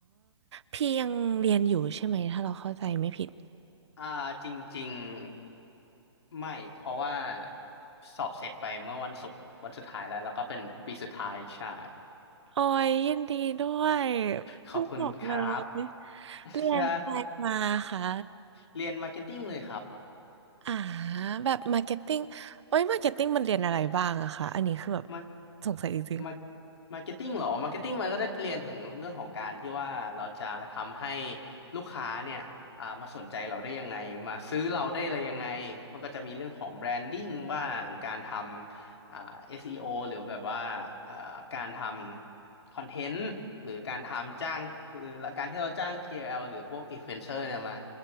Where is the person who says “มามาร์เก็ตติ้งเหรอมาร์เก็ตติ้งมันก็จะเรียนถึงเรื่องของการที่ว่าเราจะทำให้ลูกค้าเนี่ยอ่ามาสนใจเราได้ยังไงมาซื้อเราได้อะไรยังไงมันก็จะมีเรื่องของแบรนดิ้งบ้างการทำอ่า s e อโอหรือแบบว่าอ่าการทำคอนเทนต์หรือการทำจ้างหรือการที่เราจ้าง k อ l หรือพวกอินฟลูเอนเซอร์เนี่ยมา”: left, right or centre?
Left